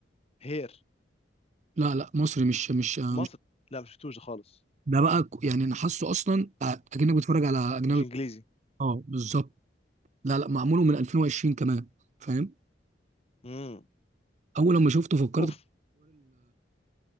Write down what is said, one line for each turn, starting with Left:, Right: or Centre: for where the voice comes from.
Left: هير
Right: لا لا مصري مش مش آه
Left: مصر
Right: مش
Left: لا مش شفتوش ده خالص
Right: ده بقى ك- يعني انا حاسه اصلا آه، اكنك بتتفرج على اجنبي
Left: مش انجليزي
Right: اه بالظبط لا لا معموله من 2020 كمان فاهم
Left: امم
Right: اول لما شفته فكرت
Left: اوف